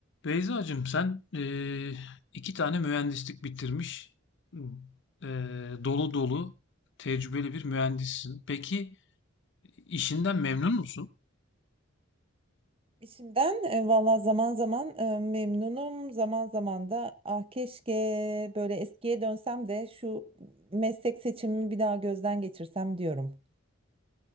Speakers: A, on the left (about 65°); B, on the right (about 30°).
A: Beyzacığım sen eee, iki tane mühendislik bitirmiş, eee, dolu dolu tecrübeli bir mühendissin. Peki işinden memnun musun?
B: İşimden e, valla zaman zaman e, memnunum. Zaman zaman da ah keşke böyle eskiye dönsem de şu meslek seçimimi bir daha gözden geçirsem diyorum.